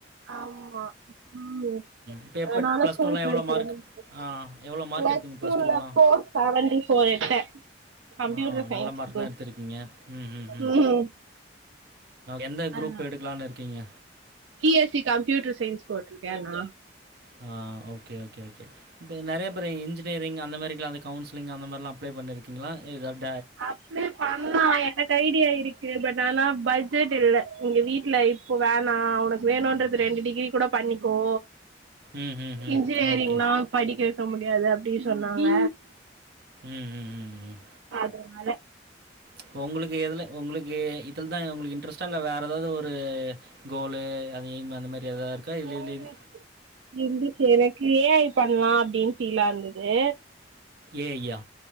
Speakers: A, on the right; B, on the right.
A: ஆம்மா ம்
B: இப்ப எப்ப
A: நானு
B: ப்ளஸ்
A: ஸ்கூல்
B: டூலாம்
A: ஃப்ரண்ட்ஸ்
B: எவ்வளோ மார்க்? ஆ
A: <unintelligible>
B: எவ்வளோ மார்க்
A: ப்ளஸ்டூல
B: எடுத்தீங்க ப்ளஸ் டூலாம்?
A: ஃபோர் சவன்ட்டி ஃபோரே எடுத்தே கம்ப்யூட்டர்
B: ஆ
A: சயின்ஸ்
B: நல்ல மார்க்
A: குரூப்
B: தா எடுத்திருக்கீங்க ம்ம்ம்
A: ம்
B: எந்த குரூப்
A: அதுதா
B: எடுக்கலானு இரு க்கீங்க
A: B S C computer science போட்டிருக்கனா
B: ஆ ஓகே ஓகே ஓகே இப்ப நறைய பேரு இஞ் னீர்ங் அந்த மாரிக்லா வந்து கவுன்சிலி்ங் அந்தமாரிலா அப்ளை பண்ணிருக்கிங்ளா எதாவ்து
A: அப்லே பண்லா எனக்கு ஐடியா இருக்கு பட் நானா பட்ஜெட் இல்ல இங்க வீட்ல இப்போ வேணா உனக்கு வேணும்ன்றது ரெண்டு டிகிரி கூட பண்ணிக்கோ
B: ம், ம், ம்.
A: இன்ஜினியரிங்ளா
B: ஓகே.
A: படிக் சௌ முடியாது அப்டி சொன்னாங்க
B: ம் ம் ம் ம்
A: அதனால
B: இப்போ உங்களுக்கு எதுல உங்களுக்கு எ இதுலதா உங்களுக்கு இன்ட்ரெஸ்டா இல்ல வேற எதாவது ஒரு கோலு அது எய்ம் அந்த மாரி எதாவது இருக்கா?
A: இருந்துச்சு
B: இல்ல இல்ல இது
A: இருந்துச்சு எனக்கு ஏ ஐ பண்லா அப்டின்னு ஃபீலா இருந்துது
B: ஏ ஐ யா